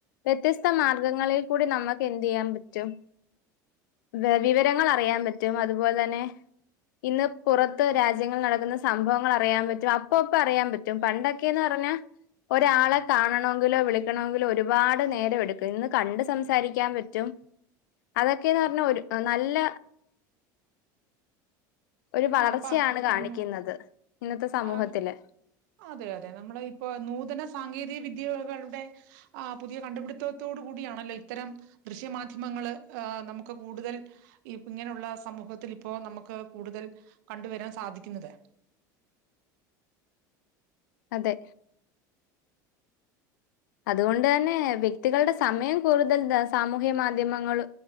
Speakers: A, on the left (about 85°); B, on the right (about 75°).
A: വ്യത്യസ്ത മാർഗങ്ങളിൽ കൂടി നമുക്ക് എന്ത്യ്യാൻ പറ്റും. വെ വിവരങ്ങള് അറിയാൻ പറ്റും. അതുപോലെ തന്നെ. ഇന്ന് പുറത്ത് രാജ്യങ്ങളിൽ നടക്കുന്ന സംഭവങ്ങള് അറിയാൻ പറ്റും. അപ്പപ്പം അറിയാൻ പ റ്റും പണ്ടൊക്കേന്ന് പറഞ്ഞാ. ഒരാളെ കാണണവെങ്കിലോ വിളിക്കണവെങ്കിലോ ഒരുപാട് നേരമെടുക്കും. ഇന്ന് കണ്ട് സംസാ രിക്കാൻ പറ്റും. അതെക്കേന്ന് പറഞ്ഞാ, ഒരു നല്ല. ഒരു വളർച്ചേയാണ്
B: ആഹ് പ പറഞ്ഞോളൂ
A: കാണിക്കുന്നത്. ഇന്നത്തെ സമൂഹത്തില്.
B: ആഹ് അതെ അതെ നമ്മളെ ഇപ്പൊ നൂതന സാങ്കേതിക വിദ്യയ്കകളുടെ. ആ് പുതിയ കണ്ടുപിടിത്തത്തോടു കൂടിയാണല്ലോ ഇത്തരം. ദൃശ്യമാധ്യമങ്ങള്, ഏഹ് നമ്മെക്ക് കൂടുതൽ. ഈ ഇങ്ങനെയൊള്ള സമൂഹത്തിൽ ഇപ്പോ നമ്മെക്ക് കൂടുതൽ കണ്ടുവെരാൻ സാധിക്കുന്നത്.
A: അതെ അതുകൊണ്ട് ന്നെ വ്യക്തികളുടെ സമയം കൂടുതൽ ദ സാമൂഹ്യ മാധ്യമങ്ങള്.